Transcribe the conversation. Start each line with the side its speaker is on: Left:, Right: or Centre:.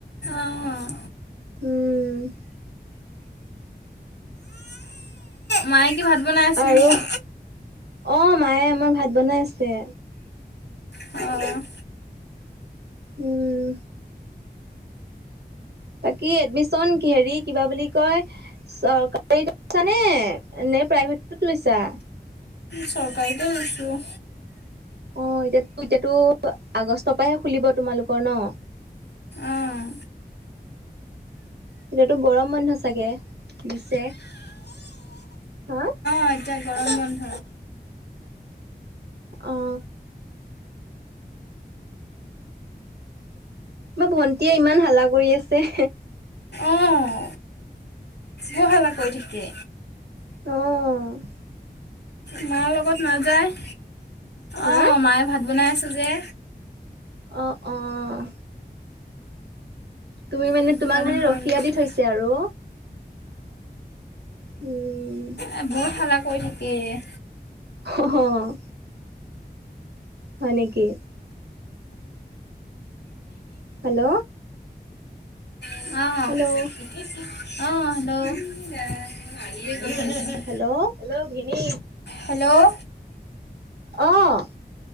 Left: অ'।
Right: উম।
Left: মায়ে কি ভাত বনাই আছে
Right: আৰু
Left: নে কি?
Right: অ', মায়ে আমাৰ ভাত বনাই আছে।
Left: অ'।
Right: উম। বাকী এডমিশ্যন হেৰি কিবা বুলি কয় চৰকাৰীত লৈছা নে, নে প্ৰাইভেটত লৈছা?
Left: চৰকাৰীতে লৈছোঁ।
Right: অ', এতিয়াতো এতিয়াতো আগষ্টৰপাহে খুলিব তোমালোকৰ ন?
Left: অ'।
Right: এতিয়াতো গৰম বন্ধ চাগে দিছে? হা'।
Left: অ', এতিয়া বন্ধ।
Right: অঁ। মা ভন্টিয়ে ইমান হাল্লা কৰি আছে।
Left: অঁ, বৰ হাল্লা কৰি থাকে।
Right: অঁ।
Left: মাৰ লগত নাযায়,
Right: হা
Left: অঁ মায়ে ভাত বনাই আছে যে।
Right: অ', অ'। তুমি মানে
Left: সেইটো
Right: তোমাক
Left: কাৰণে
Right: মানে
Left: মই
Right: ৰখিয়া
Left: লৈছোঁ।
Right: দি থৈছে আৰু। উম।
Left: এ বহুত হাল্লা কৰি থাকে এই।
Right: অ'। হয় নেকি? হেল্ল'?
Left: অঁ',
Right: হেল্ল'
Left: অঁ'হেল্ল'?
Right: হেল্ল'? হেল্ল' ভিনী?
Left: হেল্ল'?
Right: অ'।